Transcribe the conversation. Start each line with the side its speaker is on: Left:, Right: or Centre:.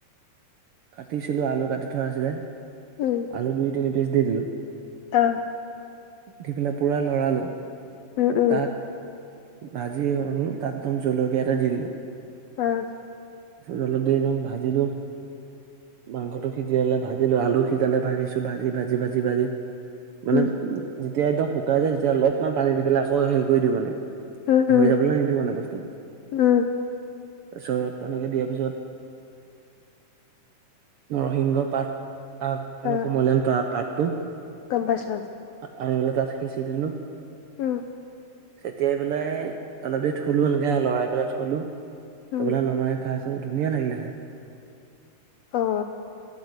Right: কাটিছিলো আলু কাটি থোৱা আছিলে।
Left: উম
Right: আলু দুই-তিনি পিচ দি দিলো।
Left: অ
Right: দি পেলাই পুৰা লৰালো।
Left: উম উম
Right: তাত ভাজি হ'ল, তাত একদম জলকীয়া এটা দি দিলো।
Left: উম
Right: পিছত অলপ দেৰি একদম ভাজিলো মাংসটো সিজালে ভাজিলো, আলু সিজালে ভাজিছো ভাজি, ভাজি, ভাজি, ভাজি মানে
Left: উম
Right: যেতিয়া একদম শুকাই যায় তেতিয়া অলপমান পানী দি পেলাই আকৌ হেৰি কৰি দিও মানে।
Left: উম
Right: ধৰি
Left: উম
Right: যাবলৈ নিদিও মানে বস্তুটো তাৰপিছত
Left: উম
Right: তেনেকে দিয়াৰ পিছত নৰসিংহ পাত, আগ মানে
Left: আহ
Right: কুমলিয়ান পাতটো।
Left: গম পাইছ।
Right: আনি পেলাই তাত সিঁচি দিলো।
Left: উম
Right: চতিয়াই পেলাই অলপ দেৰি থলো এনেকে লৰাই পেলাই থলো তাৰ
Left: উম,
Right: পেলাই নমাই খাই ধুনীয়া লাগিলে খাই।
Left: অ